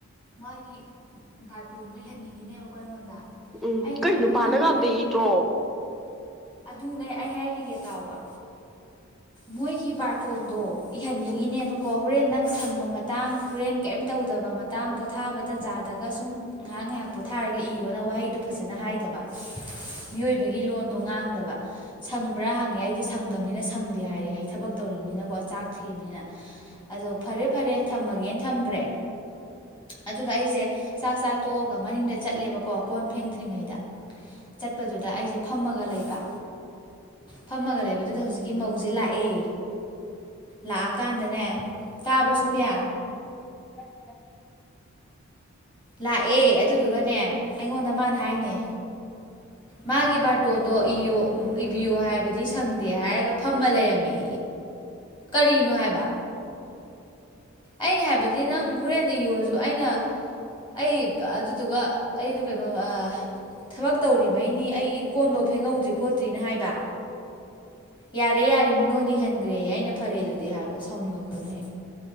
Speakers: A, on the left; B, in the centre.
A: ꯃꯥꯒꯤ ꯕꯥꯥꯔꯇꯣꯗꯨꯍꯟꯅꯤꯡꯉꯤꯅꯦꯕꯈꯣ ꯑꯩꯉꯣꯟꯗ
B: ꯎꯝ
A: ꯑꯩꯅ
B: ꯀꯩ
A: ꯍꯥꯏꯗꯤ
B: ꯅꯨꯄꯥꯅꯒ
A: ꯅꯪ
B: ꯑꯝꯇ
A: ꯦꯟ
B: ꯏꯗ꯭ꯔꯣ
A: ꯑꯗꯨꯅꯦ ꯑꯩ ꯍꯥꯏꯔꯛꯈꯤꯒꯦ ꯇꯥꯎꯕ ꯃꯣꯏꯒꯤ ꯕꯥꯔꯇꯣꯟꯗꯣ ꯏꯍꯟꯅꯤꯡꯉꯤꯅꯦꯕꯀꯣ
B: ꯎꯝ
A: ꯍꯣꯔꯦꯟ ꯅꯪ ꯁꯪꯕ ꯃꯇꯥꯡ ꯍꯣꯔꯦꯟ ꯀꯩꯝ ꯇꯧꯗꯕ ꯇꯥꯡ ꯄꯣꯊꯥꯕ ꯇꯟꯖꯥꯗꯒ ꯁꯨꯝ ꯉꯥꯏꯍꯥꯛ ꯉꯥꯏꯍꯥꯛ ꯄꯣꯊꯥꯔꯒ ꯏꯌꯣ ꯋꯥꯍꯩꯗꯨ ꯐꯖ
B: ꯎꯝ
A: ꯍꯥꯏꯗꯕ ꯃꯤꯑꯣꯏꯕꯒꯤ ꯂꯣꯟꯗꯣ ꯉꯥꯡ ꯗꯕ ꯁꯪꯕ꯭ꯔꯥ ꯍꯪꯉꯦ ꯑꯩꯗꯤ ꯁꯪꯗꯝꯕꯅꯤꯅ ꯁꯪꯗꯦ ꯍꯥꯏꯔꯦ ꯑꯩ ꯊꯕꯛ ꯇꯧꯔꯤꯕꯅꯤꯅꯀꯣ ꯆꯥꯛ ꯊꯤꯕꯅꯤꯅ ꯑꯗꯣ ꯐꯔꯦ ꯐꯔꯦ ꯊꯝꯃꯒꯦꯅ ꯊꯝꯈ꯭ꯔꯦ ꯑꯗꯨꯒ ꯑꯩꯖꯦ ꯆꯥꯛ ꯆꯥ ꯇꯣꯛꯑꯒ ꯃꯅꯤꯡꯗ ꯆꯠꯂꯦꯕꯀꯣ ꯀꯣꯟ ꯐꯦꯡꯗ꯭ꯔꯤꯉꯩꯗ ꯆꯠꯄꯗꯨꯗ ꯑꯩꯁꯦ ꯐꯝꯃꯒ ꯂꯩꯕ ꯐꯝꯃꯒ ꯂꯩꯕꯗꯨꯗ ꯍꯧꯖꯤꯛꯀꯤ ꯃꯧꯖꯦ ꯂꯥꯛꯑꯦ ꯂꯥꯛꯑꯀꯥꯟꯗꯅꯦ ꯇꯥꯕ꯭ꯔꯣ ꯁꯣꯐꯤꯌꯥ
B: ꯇꯥꯏ ꯇꯥꯏ
A: ꯂꯥꯛꯑꯦ ꯑꯗꯨꯗꯨꯒꯅꯦ ꯑꯩꯉꯣꯟꯗ ꯃꯥꯅ ꯍꯥꯏꯅꯦ ꯃꯥꯒꯤ ꯕꯥꯔꯇꯣꯟꯗꯣ ꯏꯌꯣ ꯏꯕꯤꯌꯣ ꯍꯥꯏꯕꯗꯤ ꯁꯪꯗꯦ ꯍꯥꯏꯔꯒ ꯐꯝꯃ ꯂꯩꯔꯝꯃꯤ ꯀꯔꯤꯅꯣ ꯍꯥꯏꯕ ꯑꯩꯩꯅ ꯍꯥꯏꯕꯗꯤ ꯅꯪ ꯍꯣꯔꯦꯟ ꯏꯌꯣꯁꯨ ꯑꯩꯅ ꯑꯩ ꯑꯗꯨꯗꯨꯒ ꯑꯩꯗꯨ ꯀꯩꯅꯣ ꯊꯕꯛ ꯇꯧꯔꯤꯕꯩꯅꯤ ꯑꯩ ꯀꯣꯟꯐꯧ ꯐꯦꯡꯍꯧꯗ꯭ꯔꯤ ꯈꯣꯠꯇ꯭ꯔꯤꯅ ꯍꯥꯏꯕ ꯌꯥꯔꯦ ꯌꯥꯔꯦ ꯃꯤꯉꯣꯟꯗ ꯏꯍꯟꯈ꯭ꯔꯦꯌꯦ ꯑꯩꯅ ꯐꯔꯦ ꯑꯗꯨꯗꯤ ꯍꯥꯏꯕ ꯁꯥꯎꯅꯤꯡꯉꯛꯇꯅ ꯍꯦꯛ